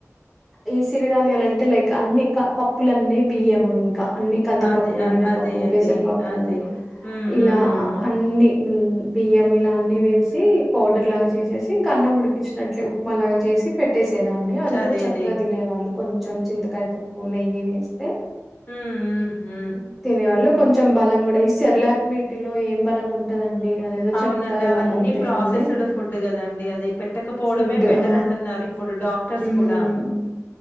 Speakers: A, in the centre; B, on the left.
A: ఈ సిరిధాన్యాలు అంటే లైక్ అన్ని క పప్పులన్నీ బియ్యము ఇంకా అన్ని కందిపప్పు
B: అదే అ
A: మినపప్పు
B: అదే అదే
A: పెసరపప్పు
B: అదే హ్మ్
A: ఇలా
B: హ్మ్
A: అన్ని ఉమ్ బియ్యం ఇలా అన్ని వేసి పౌడర్ లాగా చేసేసి ఇంక అన్నం ఉడికిచ్చినట్లే ఉప్మా లాగా చేసి పెట్ ట్టేసేదాన్ని అది కూడా
B: అదే
A: చక్కగా
B: అదే
A: తినేవాళ్ళు కొంచెం చింతకాయ తొక్కు నెయ్యి వేసి
B: ఉమ్ ఉమ్ ఉమ్
A: తినేవాళ్ళు కొంచెం బలం కూడా ఈ సర్లాక్ వీటిలో ఏం బలం ఉంటదండి అదేదో
B: అవునండి
A: చెప్తారు
B: అవన్నీ
A: వాళ్ళు అంతేగాని
B: ప్రాసెస్డ్ ఫుడ్ కదండి అది పెట్టకపోవడమే
A: ఫుడ్
B: బెటర్
A: ఆ
B: అంటున్నారు ఇప్పుడు డాక్టర్స్
A: ఉమ్
B: కూడా